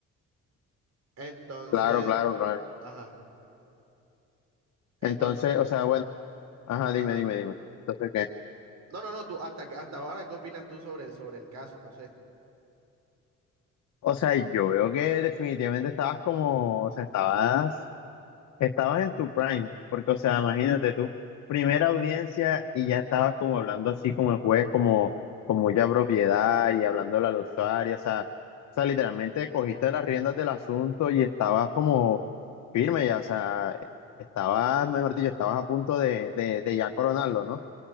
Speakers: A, on the right; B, on the left.
A: Entonces,
B: claro, claro, claro.
A: ajá, entonces,
B: Entonces, o sea, bueno, ajá,
A: ajá.
B: dime, dime, dime. Entonces, ¿qué?
A: No, no, no, tú, hasta, que- hasta ahora, ¿qué opinas tú sobre, sobre el caso? No sé.
B: O sea, yo veo que definitivamente estabas como, o sea, estabas Estabas en tu prime, porque, o sea, imagínate tú, primera audiencia y ya estabas como hablando así como el juez, como, como ya propiedad y hablándole al usuario, o sea, o sea, literalmente cogiste las riendas del asunto y estabas como firme ya, o sea, estabas, mejor dicho, estabas a punto de, de, de ya coronarlo, ¿no?